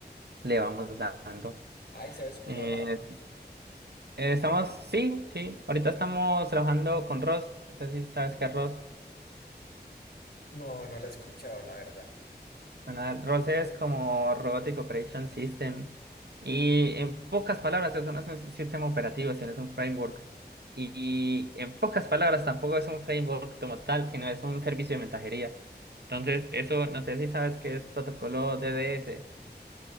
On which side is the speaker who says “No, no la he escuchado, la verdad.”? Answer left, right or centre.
Left